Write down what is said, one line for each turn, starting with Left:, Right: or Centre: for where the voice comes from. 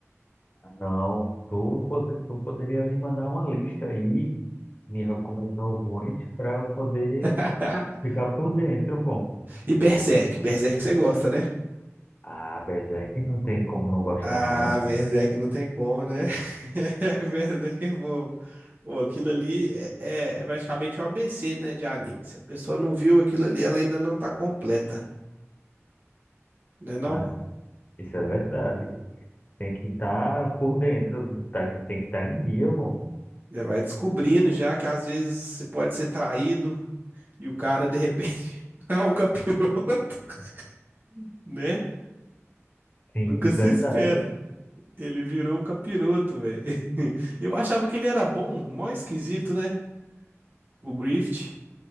Left: não, tu, pode- tu poderia me mandar uma lista aí, me recomendar alguns, para eu poder
Right: <laughs>
Left: ficar por dentro, pô.
Right: E Berserk, Berserk você gosta, né?
Left: Ah, Berserk não tem como não gostar,
Right: Ah,
Left: não.
Right: Berserk não tem como, né? <laughs> Berserk é bom. Pô, aquilo ali é, é- é praticamente o ABC, né, de anime. Se a pessoa não viu aquilo ali, ela ainda não tá completa, né não?
Left: Ah, isso é verdade. Tem que estar por dentro, tá, tem que estar em dia, pô.
Right: Já vai descobrindo já que às vezes você pode ser traído e o cara de repente <laughs> é o capiroto, <laughs> né?
Left: Sim,
Right: Nunca
Left: verdade.
Right: se espera. Ele virou um capiroto, velho. <laughs> Eu achava que ele era bom, mó esquisito, né? O Grift.